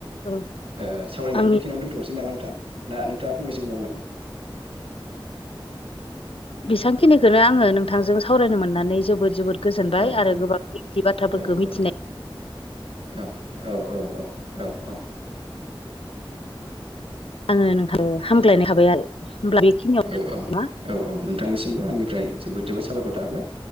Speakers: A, on the left; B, on the right.
A: औ
B: ओ सावरायनायखौबो
A: आंनि
B: बेखिनियाव दोनथ'नोसै नामा नोंथां? ना नोंथांङा फंनैसो बुंबावो नामा?
A: बेसेबां खिनिखौनो आंङो नोंथांजों सावरायनो मोननानै जोबोद जोबोद गोजोनबाय
B: औ
A: आरो
B: औ
A: गोबां मिथियै बाथ्राफोरखौ
B: औ औ
A: मिथिनाय
B: औ औ औ औ औ औ
A: आंङो नोंथां हामग्लाय हाबाय आरो होमब्ला बेखिनियाव
B: औ औ
A: ना
B: औ औ नोंथांनिसिमबो आंनिफ्राय जोबोद जोबोद साबायखर थाहरबाय